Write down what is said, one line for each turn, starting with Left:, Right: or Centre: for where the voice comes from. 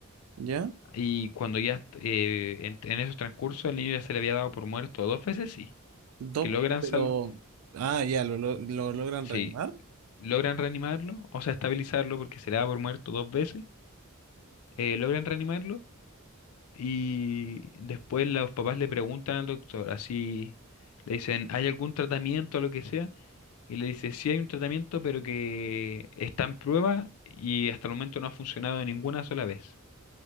Right: ya,
Left: Y cuando ya est- eh, en, en esos transcurso el niño ya se le había dado por muerto dos veces, sí.
Right: dos,
Left: Que logran
Right: pero,
Left: salv
Right: ah, ya, lo, lo, lo logran
Left: sí,
Right: reanimar.
Left: logran reanimarlo, o sea, estabilizarlo porque se le da por muerto dos veces. eh, logran reanimarlo Y después los papás le preguntan al doctor, así le dicen, ¿hay algún tratamiento o lo que sea? Y le dice, sí hay un tratamiento, pero que está en prueba y hasta el momento no ha funcionado ninguna sola vez.